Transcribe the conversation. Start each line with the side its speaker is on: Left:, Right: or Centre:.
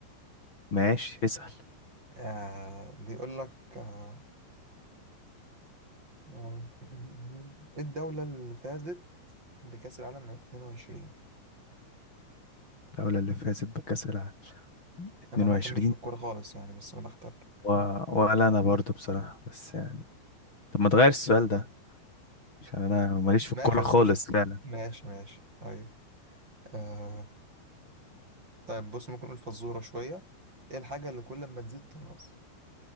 Left: ماشي اسأل
Right: آه بيقول لك آه آه، إيه الدولة اللي فازت بكأس العالم 22
Left: الدولة اللي فازت بكأس العالم 22
Right: أنا عامة مش في الكورة خالص يعني بس أنا بختبر
Left: و... ولا انا برضو بصراحة بس يعني طب ما تغير السؤال ده عشان انا ماليش في
Right: ماشي
Left: الكورة خالص
Right: بس مش
Left: فعلا
Right: ماشي ماشي طيب آه طيب بص ممكن نقول فزورة شوية إيه الحاجة اللي كل ما تزيد تنقص